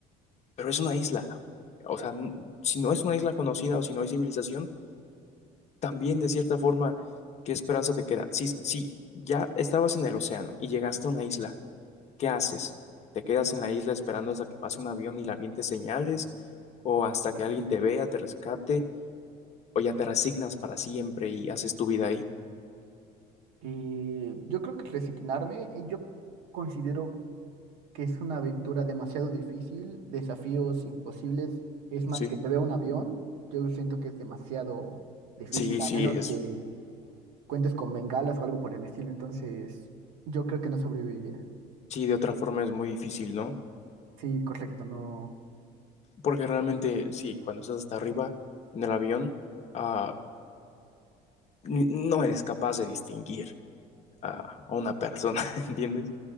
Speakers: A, on the left; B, on the right.
A: pero es una isla. O sea, n- si no es una isla conocida o si no hay civilización, también de cierta forma, ¿qué esperanza te queda? Si, si ya estabas en el océano y llegaste a una isla, ¿Qué haces? ¿Te quedas en la isla esperando hasta que pase un avión y la aviente señales? ¿O hasta que alguien te vea, te rescate? ¿O ya te resignas para siempre y haces tu vida ahí?
B: Y yo creo que resignarme, eh, yo considero que es una aventura demasiado difícil, desafíos imposibles. Es más
A: Sí,
B: que te vea un avión, yo siento que es demasiado difícil,
A: sí,
B: a
A: sí,
B: menos
A: es,
B: que cuentes con bengalas o algo por el estilo, entonces yo creo que no sobreviviría.
A: sí, de otra forma es muy difícil, ¿no?
B: Sí, correcto, no.
A: Porque realmente, sí, cuando estás hasta arriba en el avión, ah, n- no eres capaz de distinguir a a una persona, <laughs> ¿entiendes?